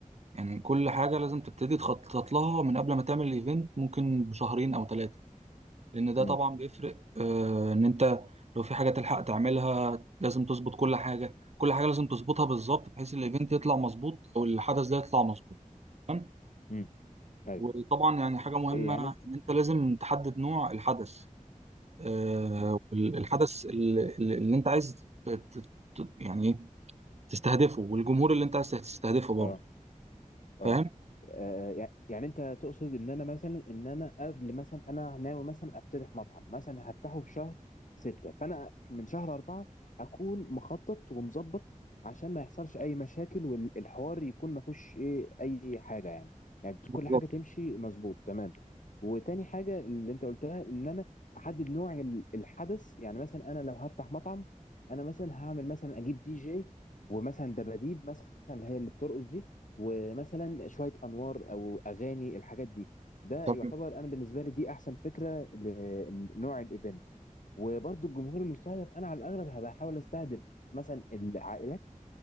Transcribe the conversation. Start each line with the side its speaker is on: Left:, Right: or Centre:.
Right: يعني كل حاجه لازم تبتدي تخطط لها من قبل ما تعمل الايفنت ممكن بشهرين او ثلاثه لان ده
Left: امم
Right: طبعا بيفرق آه ان انت لو في حاجه تلحق تعملها لازم تظبط كل حاجه كل حاجه لازم تظبطها بالظبط بحيث الايفنت يطلع مظبوط او الحدث ده يطلع مظبوط تمام
Left: امم ايوه
Right: وطبعا يعني حاجه مهمه
Left: إيه يعني انت
Right: ان انت لازم تحدد نوع الحدث آه،
Left: امم
Right: الحدث ال- ال- اللي انت عايز ت- ت- ت- يعني ايه تستهدفه والجمهور اللي انت عايز تستهدفه برضه
Left: امم اه
Right: فاهم
Left: آه، يع- يعني انت تقصد ان انا مثلا ان انا قبل مثلا انا ناوي مثلا افتتح مطعم مثلا هفتحه في شهر ستة فانا من شهر اربعة اكون مخطط ومظبط عشان ما يحصلش اي مشاكل والحوار يكون ما فيهوش ايه اي حاجة يعني يعني
Right: بالظبط
Left: كل حاجة تمشي مظبوط تمام وتاني حاجة اللي انت قلتها ان انا احدد نوع ال- الحدث يعني مثلا انا لو هفتح مطعم انا مثلا هعمل مثلا اجيب دي جي ومثلا دباديب مثلا اللي هي اللي بترقص دي ومثلا شوية أنوار أو أغاني الحاجات دي ده
Right: تمام
Left: يعتبر أنا بالنسبة لي دي أحسن فكرة لنوع الإيفنت وبرضو الجمهور المستهدف أنا على الأغلب هبقى أحاول أستهدف مثلا العائلات